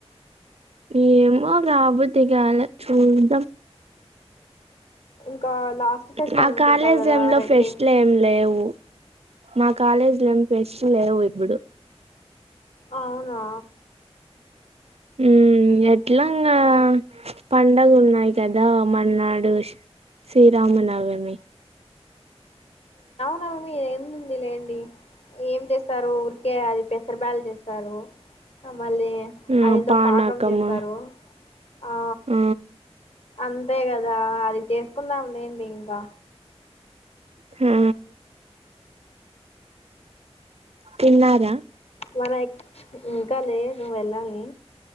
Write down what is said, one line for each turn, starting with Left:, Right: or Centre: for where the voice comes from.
Right: ఏేమో రాబుద్ది కాలే చూద్దాం
Left: ఇంకా లాస్ట్ ఫెస్ట్
Right: నా
Left: అనుకుంటా
Right: కాలేజ్
Left: కదా
Right: ఏం లో
Left: రండి
Right: ఫెస్ట్లు ఏం లేవు మా కాలేజ్ లో ఎం ఫెస్టులు లేవు ఇప్పుడు
Left: అవునా
Right: మ్మ్
Left: మ్మ్.
Right: ఎట్లంగా పండగ ఉన్నాయి కదా మర్నాడు శ్రీరామనవమి
Left: ఆ ఎం ంది లేండి ఏం చేస్తారు ఊరికే అది పెసర బ్యాలు చేస్తారు మళ్ళీ
Right: ఆ
Left: అదెందో
Right: పానకము
Left: పాకం చేస్తారు ఆ
Right: ఆ
Left: అంతే కదా అది చేసుకుందాం లేండి ఇంకా
Right: హు తిన్నారా
Left: మన ఏ ఇంకా లేదు వెళ్ళాలాలి